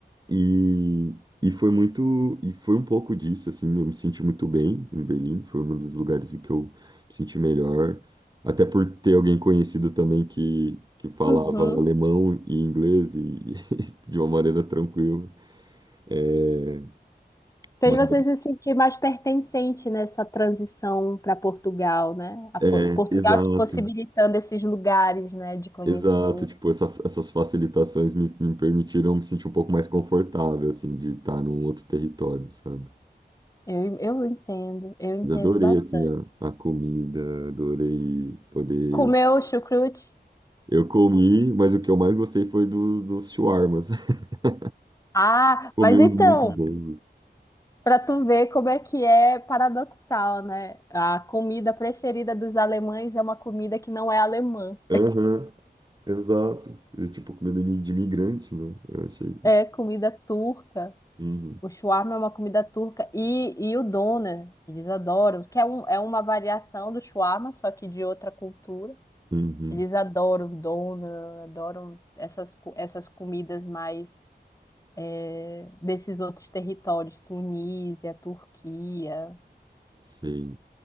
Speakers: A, on the right; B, on the left.
A: E, e foi muito, e foi um pouco disso, assim, eu me senti muito bem em Berlim, foi um dos lugares em que eu me senti melhor, até por ter alguém conhecido também que, que falava
B: Uhum.
A: alemão e inglês e, <laughs> de uma maneira tranquila. É,
B: Fez
A: mas-
B: você se sentir mais pertencente nessa transição para Portugal, né? A Po-
A: é,
B: Portugal
A: exato,
B: te possibilitando esses lugares, né, de conhecer.
A: exato, tipo, essa- essas facilitações me, me permitiram me sentir um pouco mais confortável, assim, de estar num outro território, sabe?
B: Eu, eu entendo, eu entendo
A: Mas adorei,
B: bastante.
A: assim, a, a comida, adorei poder
B: Comeu chucrute?
A: Eu comi, mas o que eu mais gostei foi do, dos shawarmas. <laughs>
B: Ah,
A: Comi
B: mas
A: uns
B: então.
A: muito bons.
B: Pra tu ver como é que é paradoxal, né? A comida preferida dos alemães é uma comida que não é alemã,
A: Aham, exato. É tipo comida de imigrante, né? Eu achei.
B: é comida turca.
A: Uhum,
B: O shawarma é uma comida turca e, e o doner, eles adoram, que é, um, é uma variação do shawarma, só que de outra cultura.
A: uhum,
B: Eles adoram doner, adoram essas, co- essas comidas mais eh, desses outros territórios, Tunísia, Turquia,
A: sei.